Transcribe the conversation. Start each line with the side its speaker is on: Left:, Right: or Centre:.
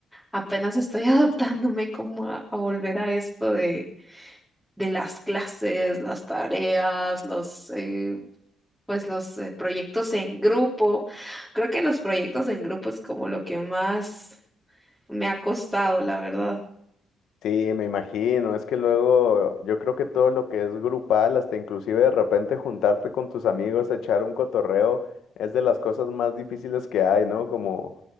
Centre: apenas estoy <laughs> adaptándome como a, a volver a esto de, de las clases, las tareas, los eh, pues los eh, proyectos en grupo. Creo que los proyectos en grupo es como lo que más me ha costado, la verdad.
Left: Sí, me imagino. Es que luego yo creo que todo lo que es grupal, hasta inclusive de repente juntarte con tus amigos, a echar un cotorreo, es de las cosas más difíciles que hay, ¿no? Como,